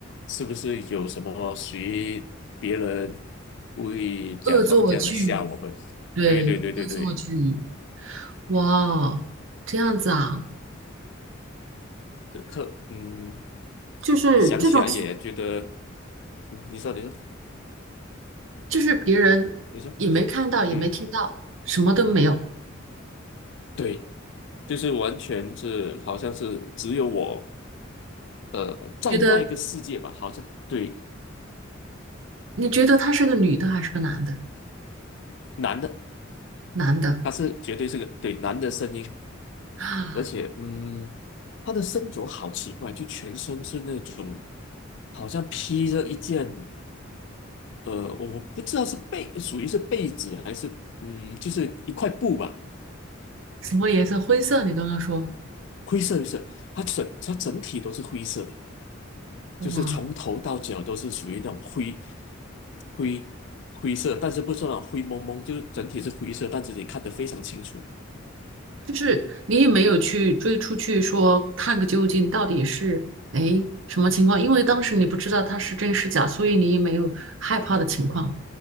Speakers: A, on the left; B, on the right.
A: 是不是有什么谁别人故意假装这样的吓我们？
B: 恶作剧，对，
A: 对对对对对，
B: 恶作剧。哇哦，这样子啊，
A: 这特嗯，
B: 就是这种情
A: 你想起来也觉得，嗯，你说你说
B: 就是别人也没看到，
A: 你说，
B: 也没听到，
A: 嗯，
B: 什么都没有。
A: 对，就是完全是好像是只有我，呃，在那一个世界吧，
B: 觉得
A: 好像对
B: 你觉得他是个女的还是个男的？
A: 男的
B: 男的
A: 他是绝对是个对男的声音，
B: 啊，
A: 而且，嗯，他的身着好奇怪，就全身是那种好像披着一件，呃，我不知道是被属于是被子还是，嗯，就是一块布吧，
B: 什么颜色？灰色。你刚刚说，
A: 灰色的色，它整它整体都是灰色的，就是从头到脚都是属于那种灰
B: 哇，
A: 灰灰色，但是不是那种灰蒙蒙，就是整体是灰色，但是你看得非常清楚，
B: 就是你也没有去追出去说看个究竟，到底是哎什么情况？因为当时你不知道他是真是假，所以你也没有害怕的情况，